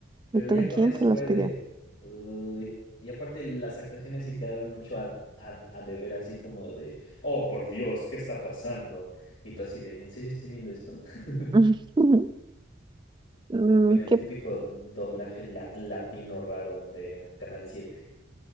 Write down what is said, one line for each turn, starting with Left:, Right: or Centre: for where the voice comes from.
Left: pero
Right: ¿Y tú
Left: ya con
Right: quién
Left: eso
Right: se
Left: fue
Right: los pidió?
Left: de... "Uy". Y aparte las actuaciones sí quedaron mucho a, a, a deber, así como de, oh, por Dios, ¿qué está pasando? Y tú así de, ¿en serio estoy viendo esto? <laughs>
Right: <laughs> Mm,
Left: Con el
Right: ¿Qué?
Left: típico doblaje lat- latino raro de Canal siete